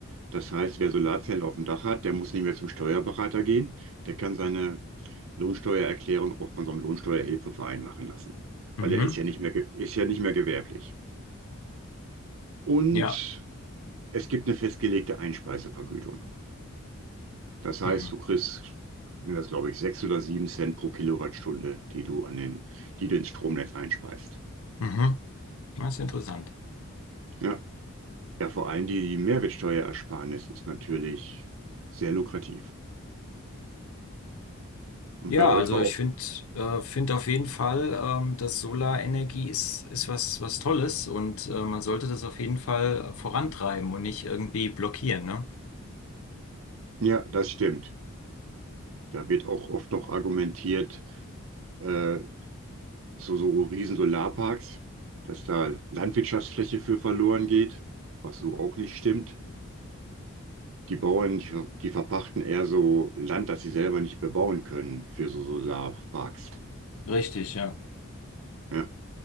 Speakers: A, on the right; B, on the left.
A: Das heißt, wer Solarzellen auf dem Dach hat, der muss nicht mehr zum Steuerberater gehen. Der kann seine Lohnsteuererklärung auch von so einem Lohnsteuerhilfeverein machen lassen,
B: Mhm.
A: weil er ist ja nicht mehr, ge- ist ja nicht mehr gewerblich. Und
B: Ja.
A: es gibt eine festgelegte Einspeisevergütung. Das heißt,
B: Mhm.
A: du kriegst, sind das glaube ich, sechs oder sieben Cent pro Kilowattstunde, die du an den, die du ins Stromnetz einspeist.
B: Mhm. Das ist interessant.
A: Ja, Ja, vor allem die Mehrwertsteuerersparnis ist natürlich sehr lukrativ. Und
B: Ja,
A: bei euch
B: also
A: war auch,
B: ich finde äh, find auf jeden Fall, ähm, dass Solarenergie ist, ist was, was Tolles und äh, man sollte das auf jeden Fall äh, vorantreiben und nicht irgendwie blockieren, ne?
A: ja, das stimmt. Da wird auch oft noch argumentiert, äh, so, so riesen Solarparks, dass da Landwirtschaftsfläche für verloren geht, was so auch nicht stimmt. Die Bauern, die, ver- die verpachten eher so Land, das sie selber nicht bebauen können für so Solarparks.
B: Richtig, ja.
A: Ja,